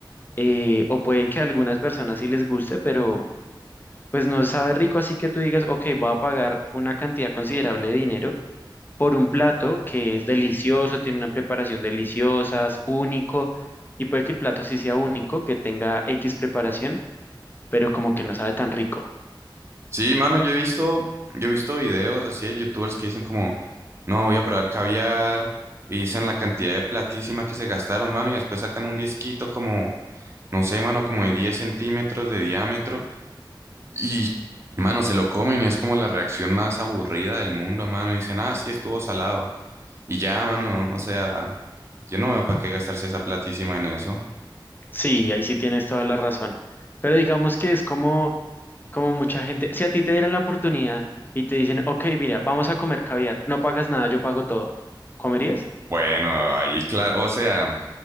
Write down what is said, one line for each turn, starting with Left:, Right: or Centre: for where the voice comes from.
Left: eh, o puede que a algunas personas sí les guste, pero pues no sabe rico, así que tú digas, ok, voy a pagar una cantidad considerable de dinero por un plato que es delicioso, tiene una preparación deliciosa, es único, y puede que el plato sí sea único, que tenga X preparación, pero como que no sabe tan rico.
Right: Sí, mano, yo he visto, yo he visto videos así de youtubers que dicen como, no, voy a probar caviar. Y dicen la cantidad de platísima que se gastaron, mano, y después sacan un disquito como no sé, mano, como de 10 centímetros de diámetro y, mano, se lo comen y es como la reacción más aburrida del mundo, mano. Y dicen, ah, sí, estuvo salado. Y ya, mano, o sea, yo no veo para qué gastarse esa platísima en eso.
Left: Sí, ahí sí tienes toda la razón. Pero digamos que es como, como mucha gente, si a ti te dieran la oportunidad y te dicen, ok, mira, vamos a comer caviar, no pagas nada, yo pago todo, ¿comerías?
Right: Bueno, ahí, claro, o sea,